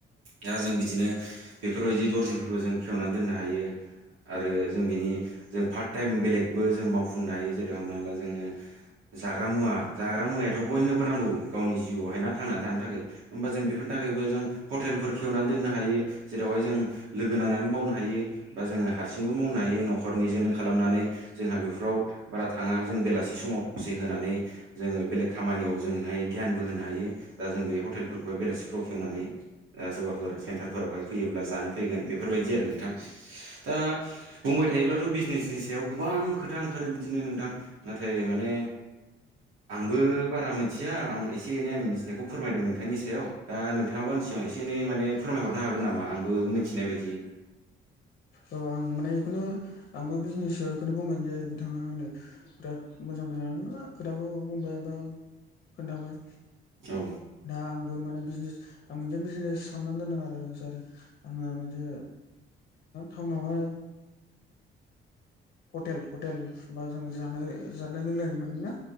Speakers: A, on the right; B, on the left.
A: दा जों बिदिनो बेफोरबायदि दर्जिफोरखौ जों खेवनानै दोननो हायो आरो जों बिनि जों पार्ट टाइम बेलेगबो जों मावफुंनो हायो जेरै हमना ला जोङो जाग्रा मुवा जाग्रा मुवायाथ' बयनोबो नांगौ गावनि जिउआवहाय नना थांनानै थानो थाखाय होमबा जों बेफोरनि थाखायबो जों हटेलफोर खेवनानै दोननो हायो जेरावहाय जों लोगो नांनानै मावनो हायो बा जोङो ह हारसिंबो मावनो हायो न'खरनिजोंनो खालामनानै जोंहा बेफोराव बारा थाङा जों बेलासि समाव दसे होनानै जोङो बेलेग खामानियाव जोंहाय ध्यानबो होनो हायो दा जों बे हटेलफोरखौहाय बेलेगसिफ्राव खेवनानै सोरबाफोर सेन्टारफोरावहाय फैयोब्ला जानो फैगोन बेफोरबायदि आरो नोंथां दा बुंबाय थायोब्लाथ' बिजनेसनि सायाव गोबां खोथा ओंखारो बिदिनो नोंथां नाथाय माने आंबो बारा मोनथिया आं एसे एनै आंनि मिथिनायखौ फोरमायदों नोंथांनि सायाव दा नोंथाङाबा आनि सिगांव एसे एनै माने फोरमायहरनो हागोन नामा आंबो मिथिनाय बायदि
B: औ आं माने बेखौनो आंबो बिजनेस बेखौनो बुंगोन जे बिथाङा है बिराद मोजां मोजां खोथाखौ बुंबाय बा खोन्थाबाय
A: औ
B: दा आंबो माने बिजनेस आं मोनसे बिजनेस साननानै दोनदों आरो जै आङो मोनसे टाउनावहाय हटेल हटेल बा जों जानाय जानाय लोंनाय मोन ना